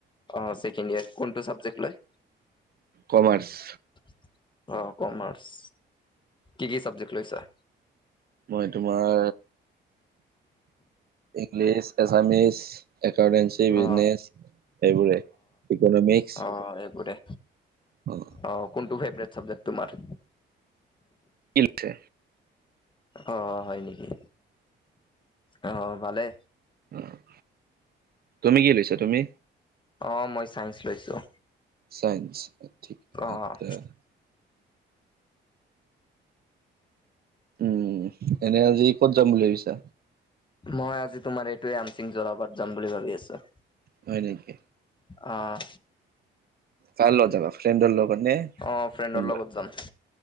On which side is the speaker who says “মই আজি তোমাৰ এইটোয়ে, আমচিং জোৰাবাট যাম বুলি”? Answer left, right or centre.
Left